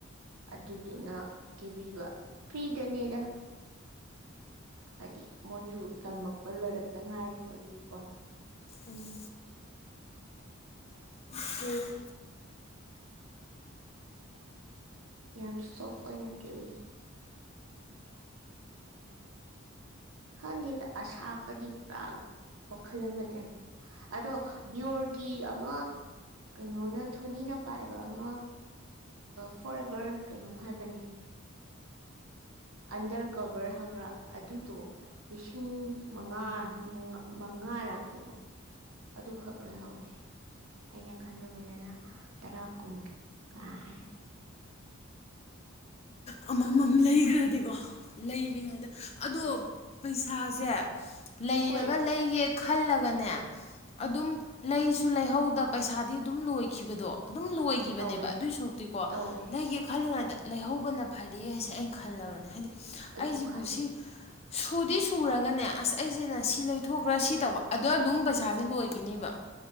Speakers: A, on the right; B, on the left.
A: ꯑꯗꯨꯗꯨꯅ ꯀꯦꯕꯤꯕ ꯐ꯭ꯔꯔꯤꯗꯅꯦꯔ ꯍꯥꯏꯗꯤ ꯃꯣꯏꯁꯨ ꯇꯝꯃꯛꯄ ꯂꯣꯏꯔꯛꯇ ꯉꯥꯏꯔꯤꯕꯒꯤꯀꯣ
B: ꯎꯝ ꯎꯝ
A: ꯌꯥꯝ ꯁꯣꯐ ꯁꯣꯔꯊ ꯑꯣꯏꯅꯥ ꯀꯦꯕꯤ ꯈꯪꯗꯦꯗ ꯑꯁꯥꯀꯗꯤ ꯄꯨꯔꯥ ꯋꯥꯈꯜ ꯑꯃꯗ ꯑꯗꯣ ꯕꯤꯌꯣꯔꯒꯤ ꯑꯃ ꯀꯩꯅꯣꯅ ꯊꯣꯅꯤꯅ ꯄꯥꯏꯕ ꯑꯃ ꯐꯣꯔ ꯑꯦꯚꯔ ꯀꯩꯅꯣꯝ ꯍꯥꯏꯕꯅꯦ ꯑꯟꯗꯔ ꯀꯚꯔ ꯍꯥꯏꯕ꯭ꯔꯥ ꯑꯗꯨꯗꯣ ꯂꯤꯁꯤꯡ ꯃꯉꯥ ꯃꯉꯥꯔꯥ ꯀꯩꯅꯣ ꯑꯗꯨꯈꯛ ꯂꯣꯏꯍꯧꯋꯦ ꯑꯩꯅ ꯈꯜꯂꯨꯕꯗꯅ ꯇꯔꯥ ꯀꯨꯟ ꯀꯥꯏ
B: ꯑꯃꯃꯝ ꯂꯩꯈ꯭ꯔꯗꯤꯀꯣ ꯂꯩꯔꯤꯉꯩꯗ ꯑꯗꯣ ꯄꯩꯁꯥꯁꯦ ꯂꯩꯔꯒ
A: ꯍꯣꯏ
B: ꯂꯩꯒꯦ ꯈꯜꯂꯒꯅꯦ ꯑꯗꯨꯝ ꯂꯩꯁꯨ ꯂꯩꯍꯧꯗ ꯄꯩꯁꯥꯗꯤ ꯑꯗꯨꯝ ꯂꯣꯏꯈꯤꯕꯗꯣ ꯑꯗꯨꯝ ꯂꯣꯏꯈꯤꯕꯅꯦꯕ
A: ꯇꯧꯋꯦ
B: ꯑꯗꯨꯏꯁꯨꯛꯇꯤꯀꯣ
A: ꯇꯧꯋꯦ
B: ꯂꯩꯒꯦ ꯈꯜꯂꯤꯉꯩꯗ ꯂꯩꯍꯧꯕꯅ ꯐꯔꯦ ꯍꯥꯏꯁꯦ ꯑꯩꯅ ꯈꯜꯂꯕꯅꯦ ꯍꯥꯏꯗꯤ
A: ꯑꯩꯁꯨ
B: ꯑꯩꯁꯤꯕꯨ
A: ꯈꯜꯂꯦ
B: ꯁꯤ ꯁꯨꯗꯤ ꯁꯨꯔꯒꯅꯦ ꯑꯁ ꯑꯩꯁꯦꯅ ꯁꯤ ꯂꯩꯊꯣꯛꯈ꯭ꯔꯥ ꯁꯤ ꯇꯧꯕ ꯑꯗ ꯑꯗꯨꯝ ꯄꯩꯁꯥꯁꯦ ꯂꯣꯏꯒꯤꯅꯦꯕ